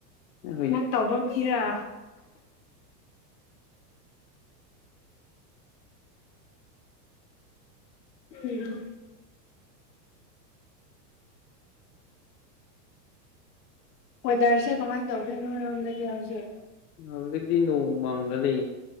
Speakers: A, on the left; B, on the left.
A: <unintelligible>
B: ꯅꯪ ꯇꯧꯕ ꯃꯤꯔ ꯎꯝ ꯋꯦꯗꯔꯁꯦ ꯀꯃꯥꯏ ꯇꯧꯒꯦ ꯅꯣꯏꯔꯣꯟꯗꯗꯤ ꯍꯧꯖꯤꯛ
A: ꯍꯧꯖꯤꯛꯇꯤ ꯅꯣꯡꯃꯥꯡꯒ ꯂꯩꯌꯦ